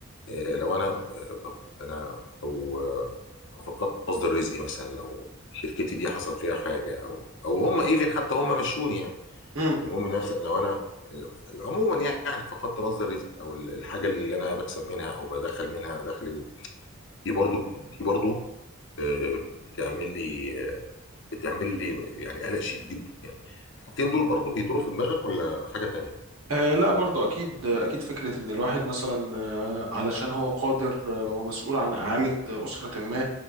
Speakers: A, on the left; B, on the right.
A: آه، لو انا آه، طب انا لو آه، لو فقدت مصدر رزقي مثلا لو شركتي دي حصل فيها حاجه او او هم ايفن حتى هم مشوني يعني
B: مم.
A: المهم إن مثلا لو انا آه، عموما يعني فقدت مصدر رزق او ال- الحاجه اللي انا بكسب منها او بدخل منها دخل دي برضو دي برضو آه، بتعمل لي آه، بتعمل لي يعني قلق شديد جدا يعني الحاجتين دول برضو بيدوروا في دماغك ولا حاجه تانية
B: آه لا برضو أكيد أكيد فكرة إن الواحد مثلا آه علشان هو قادر آه ومسؤول عن إعالة أسرة ما